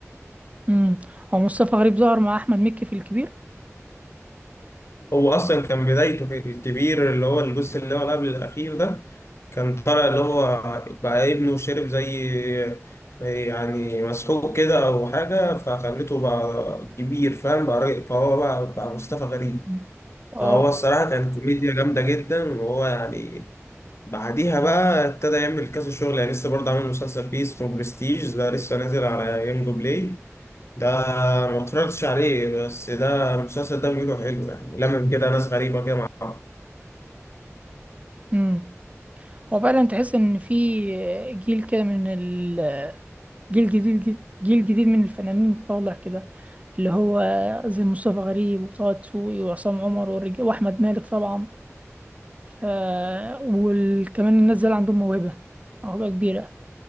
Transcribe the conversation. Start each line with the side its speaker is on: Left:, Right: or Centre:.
Right: امم هو مصطفى غريب ظهر مع احمد مكي في الكبير
Left: هو اصلا كان بدايته في الكبير اللي هو الجزء اللي هو قبل الاخير ده كان طالع اللي هو بقى ابنه شرب زي يعني مسحوق كده أو حاجة فخلته بقى كبير فاهم بقى راجل- فهو بقى بقى مصطفى غريب
Right: مم. اه
Left: فهو الصراحة كان كوميديا جامدة جدا وهو يعني بعديها بقى ابتدى يعمل كذا شغل يعني لسه برضه عامل مسلسل فيه اسمه برستيج ده لسه نازل على يانجو بلاي ده ما اتفرجتش عليه بس ده المسلسل ده بيقولوا حلو يعني لمم كده ناس غريبة كده مع بعض
Right: امم هو فعلا تحس ان في جيل كده من ال جيل جديد جيل جديد من الفنانين طالع كده اللي هو زي مصطفى غريب وطه دسوقي وعصام عمر والرجال واحمد مالك طبعا آه وكمان الناس دول عندهم موهبة موهبة كبيرة